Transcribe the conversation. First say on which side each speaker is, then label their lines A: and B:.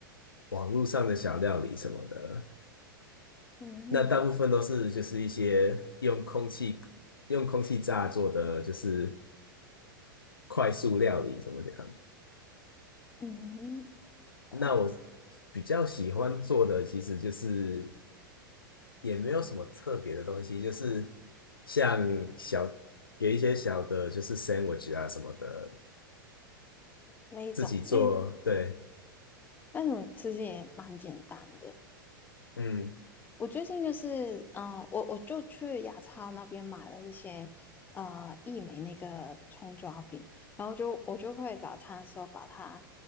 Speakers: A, on the left; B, on the left.
A: 网络上的小料理什么的。
B: 嗯
A: 那大部分都是就是一些用空气用空气炸做的，就是快速料理，怎么讲？
B: 嗯，快
A: 那我比较喜欢做的其实就是也没有什么特别的东西，就是像小，有一些小的，就是 sandwich 啊什么的，
B: 那一种那
A: 自己做，对，
B: 那种其实也蛮简单的，
A: 嗯，
B: 我最近就是，嗯、呃我我就去雅超那边买了一些，呃，益美那个葱抓饼，然后就我就会早餐的时候把它